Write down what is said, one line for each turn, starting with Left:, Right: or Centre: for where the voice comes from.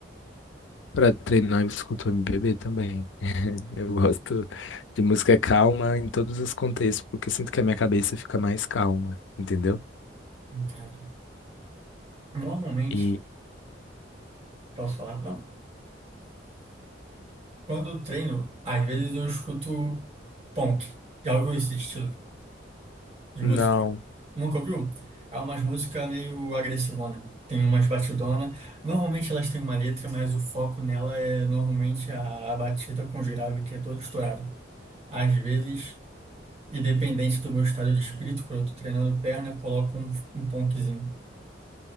Left: Pra treinar eu escuto MPB também. <laughs> Eu gosto de música calma em todos os contextos, porque eu sinto que a minha cabeça fica mais calma, entendeu?
Right: Entendo. Normalmente,
Left: E
Right: posso falar? Não? Quando eu treino, às vezes eu escuto punk. Já ouviu esse estilo de
Left: não,
Right: música? Nunca ouviu? É umas músicas meio agressivona. Tem umas batidona. Normalmente elas têm uma letra, mas o foco nela é normalmente a, a batida com grave, que é todo estourado. Às vezes, independente do meu estado de espírito, quando eu tô treinando perna, eu coloco um, um punkzinho.